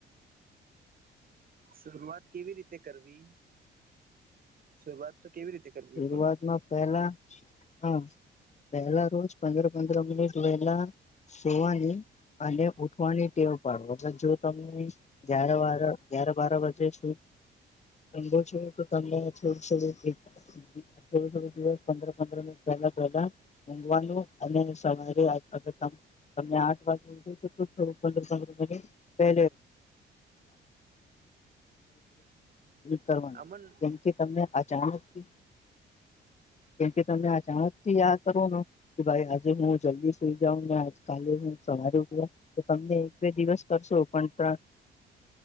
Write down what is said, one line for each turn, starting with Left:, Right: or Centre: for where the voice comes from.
Right: શરૂઆત કેવી રીતે કરવી શુરૂઆત તો કેવી રીતે કરવી
Left: શરૂઆતમાં
Right: પણ
Left: પેલા હા. પહેલા રોજ પંદર પંદર મિનિટ વહેલા જોવાની અને ઉઠવાની ટેવ પાડ જો તમે્ય વા ગ્યાર બાર વાજે સુ ભો છે કડા થોડું થોડું થોડું થોડું દિવસ પંદર પંદર મિનિટ પહેલા પહેલા ઊઘવાનું અને સવારે <unintelligible> તમને આઠ વાગે થું પંદર પંદર મિનિટ પહે કરવાનું
Right: અમન
Left: કેમકે તમને અચાનક <unintelligible> કેમકે તમે અચણક થી યાદ કરો ને કે ભાઈ આજે હું જલ્દી સુઈ જાઉં કાલે હ <unintelligible> તમને એક બે દિવસ કરશો પણ ત્ર